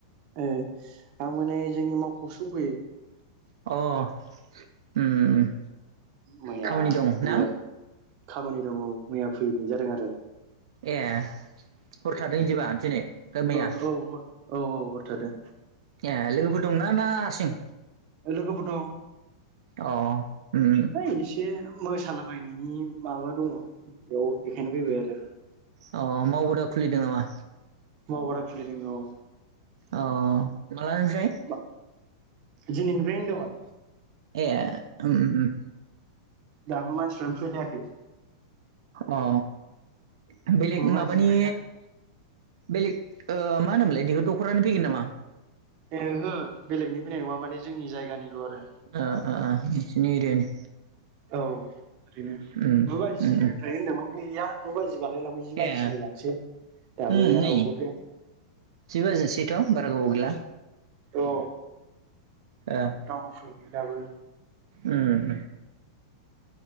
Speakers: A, on the right (about 35°); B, on the right (about 65°).
A: ओ आंबो नै जोंनि मावख'वावसो दंफैयो।
B: अ उम उम
A: मैया
B: खामानि दं
A: मैया
B: ना?
A: खामानि दं ओ मैया फैनाय जादों आरो।
B: ए हर थादों इदिबा दिनै। मैया
A: ओ औ औ औ औ हर थादों
B: ए लोगोफोर दंना ना हारसिं?
A: ओ लोगोफोर दं
B: अ उम
A: ओइ एसे मोसालाबायनायनि माबा दङ बेयाव बेखायनो फैबाय आरो।
B: अ मावबोदा खुलिदों नामा?
A: मावबारा खुलिदों औ
B: अ मालानिफ्राय?
A: मा दिनिनिफ्राय होदोंमोन।
B: ए उम उम उम
A: दाबो मानसिफ्रानो फैलायाखै।
B: अ उम बेलेग
A: गु बाजिनिफ्रायनो
B: माबानि बेलेग ओ मा होनोमोनलाय इदिखो दख'रानि फैगोन नामा?
A: ओहो बेलेगनि फैनाय नङा माने जोंनि जायगानिल' आरो।
B: ओ ओ ओ नोंसोरनि एरियानि
A: औ ओरैनो
B: उम उम
A: गु बाजिनिफ्राय
B: उम
A: होनदोंमोन गैया। गु बाजि बारलायलांबाय जि बाजिलायलांसै
B: ए
A: दाबो
B: उम
A: गैया
B: नै
A: रावबो फैयाखै।
B: जि बाजिनैसैथ' बारा गोबाव गैला।
A: औ।
B: ओं
A: दङ फै दाबो।
B: ओम